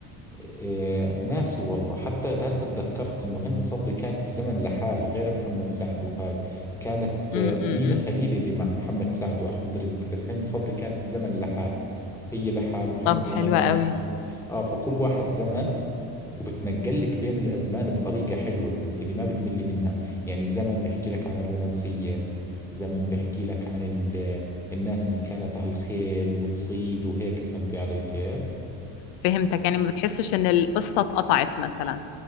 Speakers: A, in the centre; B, on the left.
A: إيه ناسي والله حتى هسه تذكرت إنه هند صبري كانت في زمن لحال غير محمد سعد وهاي كانت
B: امم
A: آه، أمينة خليل اللي مع محمد سعد وأحمد رزق بس هند صبري كانت في زمن لحال هي لحال ومحمد
B: طب حلوة
A: رمضان
B: قوي
A: لحال آه فكل واحد زمن وبتنقلك بين الأزمان بطريقة حلوة فهمت اللي ما بتملي منها يعني زمن بحكي لك عن الرومانسية زمن بحكي لك عن ال... الناس اللي كانت على الخيل وتصيد وهيك فهمتي علي كيف
B: فهمتك يعني ما بتحسش ان القصة اتقطعت مثلا